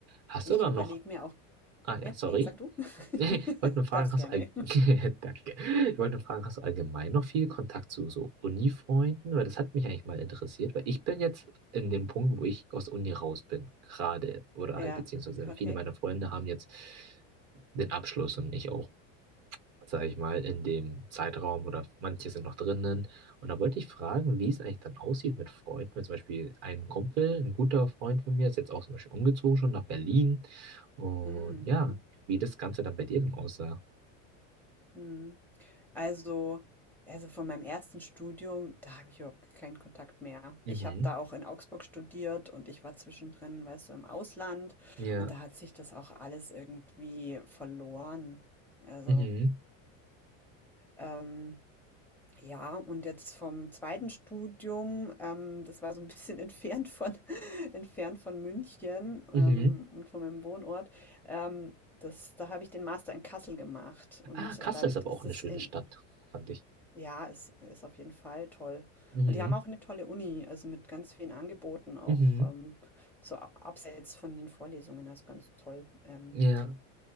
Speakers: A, on the right (about 40°); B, in the centre.
A: Hast
B: Ich
A: du aber
B: überlege
A: noch.
B: mir auch
A: Ah
B: ja,
A: ja, sorry.
B: ne, sag du.
A: <laughs>
B: <laughs>
A: Ich wollte nur fragen,
B: Darfst
A: hast
B: gerne.
A: du all... <laughs> Danke. Ich wollte nur fragen, hast du allgemein noch viel Kontakt zu so Uni-Freunden? Weil das hat mich eigentlich mal interessiert, weil ich bin jetzt in dem Punkt, wo ich aus Uni raus bin, gerade. Oder
B: Ja,
A: halt, beziehungsweise
B: okay.
A: viele meiner Freunde haben jetzt den Abschluss und ich auch, sage ich mal, in dem Zeitraum oder manche sind noch drinnen. Und da wollte ich fragen, wie es eigentlich dann aussieht mit Freunden. Weil zum Beispiel ein Kumpel, ein guter Freund von mir, ist jetzt auch zum Beispiel umgezogen schon nach Berlin. Und
B: Mhm,
A: ja,
B: mhm,
A: wie das Ganze dann bei dir denn aussah.
B: mhm. Also also von meinem ersten Studium, da habe ich überhaupt keinen Kontakt mehr.
A: Mhm.
B: Ich habe da auch in Augsburg studiert und ich war zwischendrin, weißt du, im Ausland
A: Ja.
B: und da hat sich das auch alles irgendwie verloren. Also,
A: Mhm.
B: ähm Ja, und jetzt vom zweiten Studium, ähm, das war so ein bisschen <laughs> entfernt von <laughs> entfernt von München,
A: Mhm.
B: ähm, und von meinem Wohnort. Ähm, das da habe ich den Master in Kassel gemacht und,
A: Ah, Kassel
B: äh, dadurch,
A: ist aber
B: dass
A: auch
B: das
A: eine schöne
B: in
A: Stadt, fand ich.
B: ja, es ist auf jeden Fall toll.
A: Mhm.
B: Und die haben auch eine tolle Uni, also, mit ganz vielen Angeboten, auch,
A: Mhm.
B: ähm, so a abseits von den Vorlesungen, also, ganz toll. Ähm,
A: Ja.